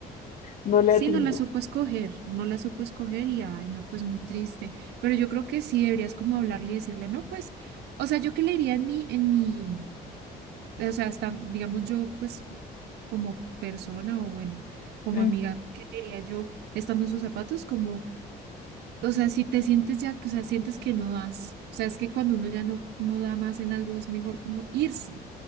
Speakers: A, on the left; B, on the right.
A: no le
B: sí
A: atinó.
B: no la supo escoger, no la supo escoger y ay, no, pues muy triste, pero yo creo que sí deberías como hablarle y decirle, no, pues, o sea, yo qué le diría en mi, en mi, o sea, hasta, digamos yo, pues, como persona o bueno, como
A: Ujú,
B: amiga, ¿qué le diría yo estando en sus zapatos? Como O sea, si te sientes ya, o sea, sientes que no das, o sea, es que cuando uno ya no, no da más en algo es mejor como irse,